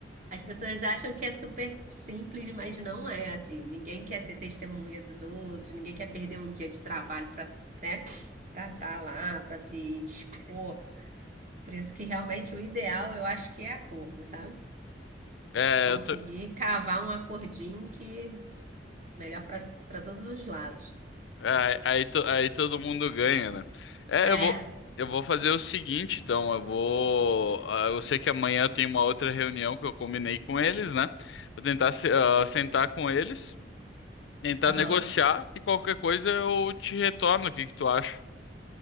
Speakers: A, on the right; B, on the left.
A: As pessoas acham que é super simples, mas não é assim. Ninguém quer ser testemunha dos outros, ninguém quer perder um dia de trabalho para, né, para estar lá, para se indispor. Por isso que realmente o ideal eu acho que é acordo, sabe?
B: É,
A: Conseguir
B: eu tô-
A: cavar um acordinho que é melhor para para todos os lados.
B: é, aí, to- aí todo mundo ganha, né? É,
A: É,
B: eu vou, eu vou fazer o seguinte, então, eu vou, ah, eu sei que amanhã eu tenho uma outra reunião que eu combinei com eles, né? Vou tentar se- ah, sentar com eles, tentar
A: aham.
B: negociar e qualquer coisa eu te retorno. O que que tu acha?